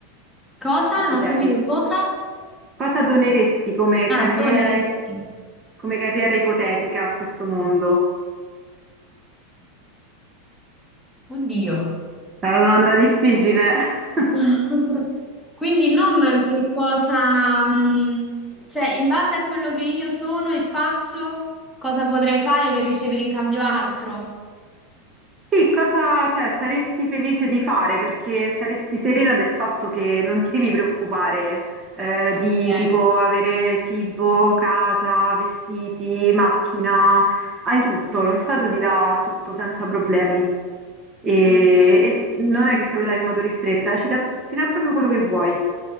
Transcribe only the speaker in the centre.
Cosa?
Non ho capito cosa?
Ah,
doni ricchi.
Oddio.
<laughs> Quindi non che cosa, mh, cioè in base a quello che io sono e faccio, cosa potrei fare per ricevere in cambio altro?
Ok.
Ok.